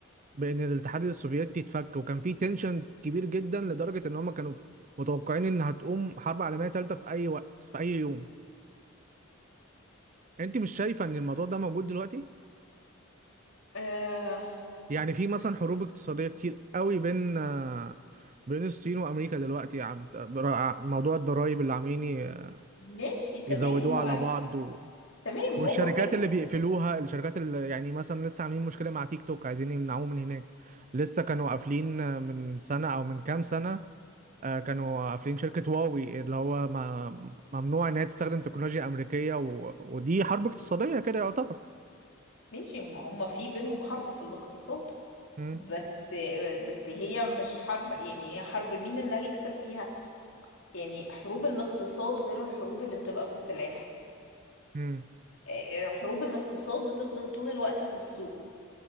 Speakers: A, on the right; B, on the left.
A: بان الاتحاد السوفيتي اتفك وكان في تنشن كبير جدا لدرجه ان هم كانوا متوقعين ان هتقوم حرب عالميه ثالثه في اي وقت في اي يوم انت مش شايفه ان الموضوع ده موجود دلوقتي
B: آه
A: يعني في مثلا حروب اقتصاديه كتير قوي بين آه، بين الصين وامريكا دلوقتي عم برا- موضوع الضرائب اللي عاملين ي-
B: ماشي تمام
A: يزودوها
B: و-
A: على بعض و...
B: تمام
A: والشركات
B: هو في ال...
A: اللي بيقفلوها الشركات اللي يعني مثلا لسه عاملين مشكله مع تيك توك عايزين يمنعوه من هناك لسه كانوا قافلين من سنه او من كام سنه آه، كانوا قافلين شركة هواوي اللي هو ما ممنوع إن هي تستخدم تكنولوجيا أمريكية و... ودي حرب اقتصادية كده يعتبر
B: ماشي هما هما في بينهم حرب في الاقتصاد
A: مم.
B: بس بس هي مش حرب يعني هي حرب مين اللي هيكسب فيها يعني حروب الاقتصاد غير الحروب اللي بتبقى بالسلاح
A: مم.
B: آه، حروب الاقتصاد بتفضل طول الوقت في السوق